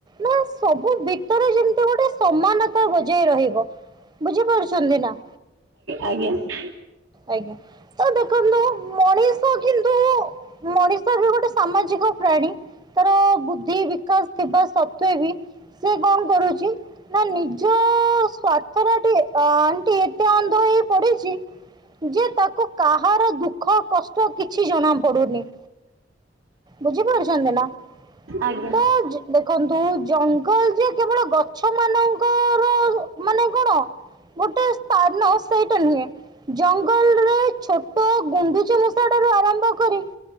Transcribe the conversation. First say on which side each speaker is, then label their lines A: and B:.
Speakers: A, on the right; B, on the right.
A: ନା ସବୁ ଭିତରେ ଯେମତି ଗୋଟେ ସମାନତା ବଜେଇ ରହିବ ବୁଝିପାରୁଛନ୍ତି ନା?
B: ଆଜ୍ଞ ଆଜ୍ଞା।
A: ଆଜ୍ଞା ତ ଦେଖନ୍ତୁ ମଣିଷ କିନ୍ତୁ ମଣିଷ ବି ଗୋଟେ ସାମାଜିକ ପ୍ରାଣୀ। ତାର ବୁଦ୍ଧି ବିକାଶ ଥିବା ସତ୍ଵେ ବି ସେ କଣ କରୁଛି? ନା ନିଜ ସ୍ଵାର୍ଥ ଟ ଆଣ୍ଟି ଏତେ ଅନ୍ଧ ହେଇ ପଡିଛି। ଯେ ତାକୁ କାହାର ଦୁଃଖ କଷ୍ଟ କିଛି ଜଣା ପଡୁନି। ବୁଝି ପାରୁୁଛନ୍ତି ନା?
B: ଆଜ୍ଞା।
A: ତ ଦେଖନ୍ତୁ ଜଙ୍ଗଲ ଯେ କେବଳ ଗଛ ମାନଙ୍କର ମାନେ କଣ? ଗୋଟେ ସ୍ଥାନ ସେଇଟା ନୁହେଁ। ଜଙ୍ଗଲରେ ଛୋଟ ଗୁଣ୍ଡୁଚି ମୂଷା ଠାରୁ ଆରମ୍ଭ କରି